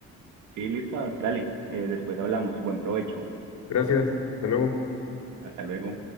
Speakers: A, on the right (about 80°); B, on the left (about 70°).
A: Sí, listo, dale. Eh, después hablamos. Buen provecho.
B: Gracias. Hasta luego.
A: Hasta luego.